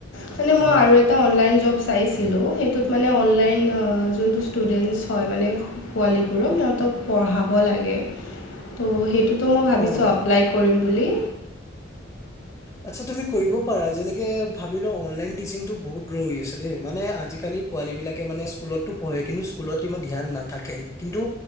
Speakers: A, on the left; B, on the left.
A: মানে মই
B: অ,
A: আৰু এটা অনলাইন জব চাইছিলোঁ। সেইটোত মানে অনলাইন যোনটো ষ্টুডেণ্টছ হয় মানে পোৱালীবোৰক সিহঁতক পঢ়াব লাগে। ত' সেইটোতো মই ভাবিছোঁ
B: অ।
A: আপ্লাই কৰিম বুলি।
B: আচ্ছা, তুমি কৰিব পাৰা যেনেকে ভাব অনলাইন টিচিটো বহুত গ্ৰ হৈ আছে দেই মানে আজি কালি <unintelligible> পোৱালী বিলাক মানে স্কুলতো পঢ়ে কিন্তু স্কুলত ইমান ধ্যান নাথাকে। কিন্তু,